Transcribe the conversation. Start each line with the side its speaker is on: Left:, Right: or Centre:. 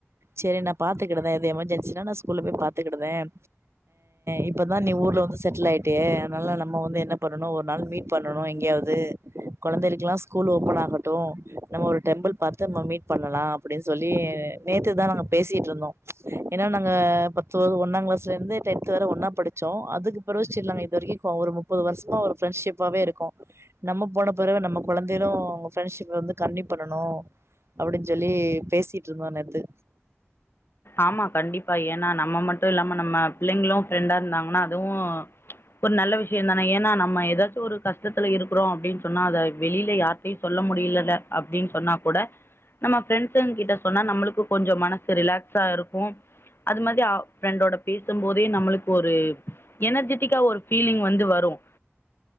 Right: செரி நான் பாத்துக்கிட்டதேன் எது எமர்ஜென்சா நான ஸ்கூல்ல போய் பா பாத்துக்கிட்டதேன் இப்தான் நீ ஊர்ல வந்து செட்டில் ஆயிட்டே அதனால நம்ம வந்து என்ன பண்ணும் ஒரு நாள் மீட் பண்ணனும் எங்கேயாவது கெழந்தைக்கல்லாம் ஸ்கூல் ஓப்பன் ஆகட்டும் நம்ம ஒரு டெம்பிள் பார்த்துட்டு நம்ம மீட் பண்ணலாம் அப்டின்னு சொல்லி நேத்துதான் நாங்க பேசிட்டு இருந்தோம் ஏன்னா நா ஒன்னாம் கிளாஸ்ல இருந்து டென்த் வர ஒன்னா படிச்சோம் அதுக்கு பிறகுச்சரிலாங்க இது வரைக்கும் ஒரு முப்பது வருஷமா ஒரு ஃப்ரெண்ட்ஷிப்பாவே இருக்கும் நம்ம போன பிறகு நம்ம கெழந்தையகளும் அவங்க ஃப்ரெண்ட்ஷிப் வந்து கண்டினியூ பண்ணனும் அப்டின்னு சொல்லி பேசிட்டு இருந்தோ நெத்து
Left: ஆமா கண்டிப்பா ஏன்னா நம்ம மட்டும் இல்லாம நம்ம புள்ளைங்களும் ஃப்ரெண்டா இருந்தாங்கன்னா அதுவும் ஒரு நல்ல விஷயம் தானே ஏன்னா நம்ம ஏதாச்சும் ஒரு கஷ்டத்துல இருக்கிறோம் அப்டின்னு சொன்னா அத வெளியில யாரத்தையும் சொல்ல முடியலல அப்டின்னு சொன்னா கூட நம்ம பிரெண்ட்ஸ கிட்ட சொன்னா நம்மளுக்கு கொஞ்சம் மன ரிலாக்ஸ் இருக்கோம் அது மாரி ப்ரெண்டோட பேசும் போதே நம்மளுக்கு ஒரு எனர்ஜெட்டிக்கா ஒரு பீலிங் வந்து வரும்